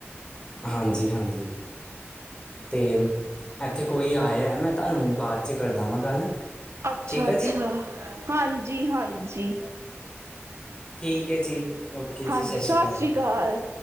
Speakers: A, on the left; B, on the right.
A: ਹਾਂਜੀ-ਹਾਂਜੀ। ਤੇ ਮ ਐਥੇ ਕੋਈ ਆਇਆ ਐ ਮੈਂ ਤੁਆਨੂੰ ਬਾਚ ਕਰਦਾ ਵਾਂ ਗੱਲ।
B: ਅੱਛਾ-ਅੱਛਾ,
A: ਠੀਕ ਆ ਜੀ
B: ਹਾਂਜੀ-ਹਾਂਜੀ।
A: ਠੀਕ ਐ ਜੀ। ਓਕੇ ਜੀ
B: ਹਾਂਜੀ,
A: ਸਤਿ
B: ਸਾਸ
A: ਅਕਾਲ
B: ਸ਼੍ਰੀ ਕਾਲ।